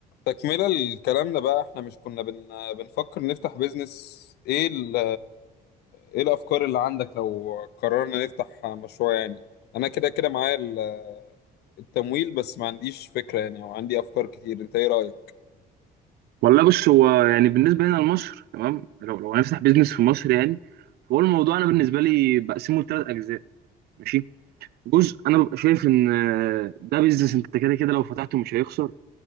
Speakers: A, on the left; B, on the right.
A: تكملة لكلامنا بقى احنا مش كنا بن... بنفكر نفتح بيزنس ايه ال... ايه الافكار اللي عندك لو قررنا نفتح مشروع يعني انا كده كده معايا ال... التمويل بس ما عنديش فكرة يعني او عندي افكار كتير انت ايه رأيك
B: والله بص هو يعني بالنسبه لنا لمصر تمام لو لو هنفتح بيزنس في مصر يعني فهو الموضوع انا بالنسبه لي بقسمه لثلاث اجزاء ماشي جزء انا ببقى شايف ان آه، ده بيزنس انت كده كده لو فتحته مش هيخسر